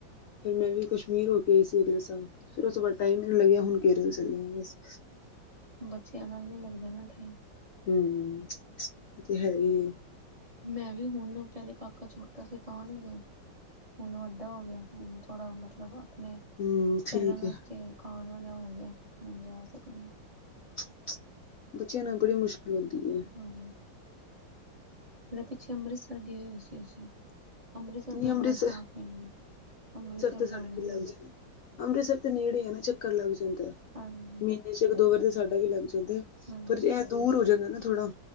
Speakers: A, on the left; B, on the right.
A: ਫਿਰ ਮੈਂ ਵੀ ਕਸ਼ਮੀਰ ਹੋ ਕੇ ਆਈ ਸੀ ਅਗਲੇ ਸਾਲ ਫੇਰ ਉਸ ਤੋ ਬਾਅਦ ਟਾਈਮ ਈ ਨੀ ਲੱਗਿਆ ਹੁਣ ਕੇਰਲ ਚੱਲੇ ਬਸ
B: ਬੱਚੇਆਂ ਨਾਲ ਨੀਂ ਲੱਗਦਾ ਨਾ ਟਾਈਮ।
A: ਹੂੰ <unintelligible> ਓਤੇ ਹੈ ਈਏ।
B: ਮੈਂ ਵੀ ਹੁਨ ਪੈਲੇ ਕਾਕਾ ਛੋਟਾ ਸੀ ਤਾਂ ਨੀਂ ਗਏ। ਹੁਨ ਵੱਡਾ ਹੋ ਗਿਆ ਹੁਨ, ਥੋੜਾ ਮਤਲਬ ਅਪਨੇ
A: ਹੂੰ ਠੀਕ
B: ਚੱਲਣ
A: ਹੈ
B: ਵਾਸਤੇ ਖਾਣ ਵਾਲਾ ਹੋ ਗਯਾ ਹੁਣ, ਜਾ ਸਕਦੇ ਆ।
A: <unintelligible> ਬੱਚੇਆਂ ਨਾਲ ਬੜੀ ਮੁਸ਼ਕਿਲ ਹੁੰਦੀਏ।
B: ਹਾਂ। ਮਤਲਬ ਪਿੱਛੇ ਅੰਮ੍ਰਿਤਸਰ ਗਏ ਹੋਏ ਸੀ ਅਸੀ, ਅੰਮ੍ਰਿਤਸਰ
A: ਨਹੀਂ
B: ਦਾ
A: ਅੰਮ੍ਰਿਤਸਰ
B: ਬੜਾ ਸ਼ੌਕ ਏ ਏਨੂੰ। ਅੰਮ੍ਰਿਤਸਰ
A: ਤੇ
B: ਦਾ
A: ਸਾਡਾ
B: ਜਾਨਾ ਏਨੂੰ।
A: ਵੀ ਲੱਗ ਜਾਂਦਾ ਅੰਮ੍ਰਿਤਸਰ ਦੇ ਨੇੜੇ ਆ ਨਾ ਚੱਕਰ ਲੱਗ ਜਾਂਦੈ।
B: ਹਾਂਜੀ
A: ਮੀਨੇ ਚ ਇੱਕ-ਦੋ ਵਾਰ ਤੇ ਸਾਡਾ ਵੀ ਲੱਗ ਜਾਂਦੈ,
B: ਹਾਂਜੀ
A: ਪਰ ਐ ਦੂਰ ਹੋ ਜਾਂਦੈ ਨਾ ਥੋੜਾ।